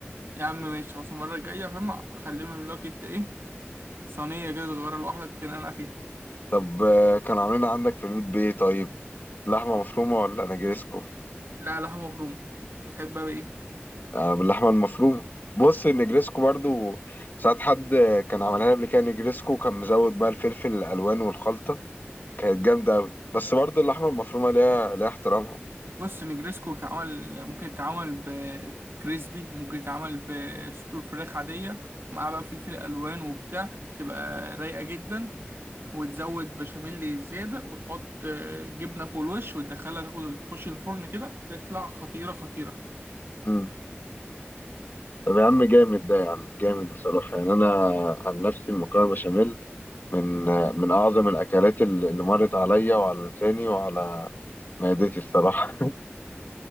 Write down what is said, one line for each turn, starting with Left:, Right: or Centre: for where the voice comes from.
Right: يا عم ماشي خلاص المره الجايه فاهم اخليهم يعملوا لك انت ايه صينيه كده صغيره لوحدك تنقع فيها
Left: طب آه، كانوا عاملين عندك في البيت بايه طيب لحمه مفرومه ولا نجرسكو
Right: لا لحمه مفرومه انت تحبها بايه
Left: آه، باللحمه المفرومه بص النجريسكو برضو ساعات حد كان عملها لي قبل كده نجريسكو كان مزود بقى الفلفل الالوان والخلطه كانت جامده قوي بس برضو اللحمه المفرومه ليها ليها احترامها
Right: بص نجريسكو بتعمل ممكن يتعمل بكريسبي ممكن يتعمل بصدور فراخ عاديه ومعاه بقى فلفل الوان وبتاع تبقى رايقه جدا وتزود بشاميل زيادة وتحط آه، جبنة فوق الوش وتدخلها تاخد تخش الفرن كده تطلع خطيرة خطيرة
Left: امم طب يا عم جامد ده يا عم جامد بصراحه يعني انا عن نفسي المكرونه بشاميل من من اعظم الاكلات اللي اللي مرت عليا وعلى لساني وعلى معدتي الصراحه